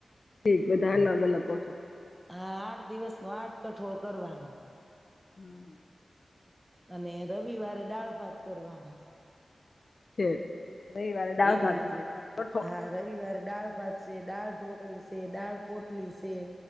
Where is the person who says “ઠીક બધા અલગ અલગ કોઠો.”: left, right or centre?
Left